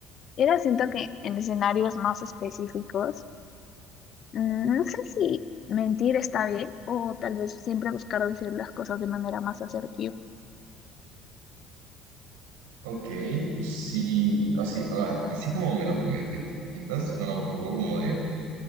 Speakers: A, on the left; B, on the right.
A: Y ahora siento que en escenarios más específicos, mm, no sé si mentir está bien o tal vez siempre buscar decir las cosas de manera más asertiva.
B: Ok, sí, así, ah, así como me lo comentas, suena un poco como de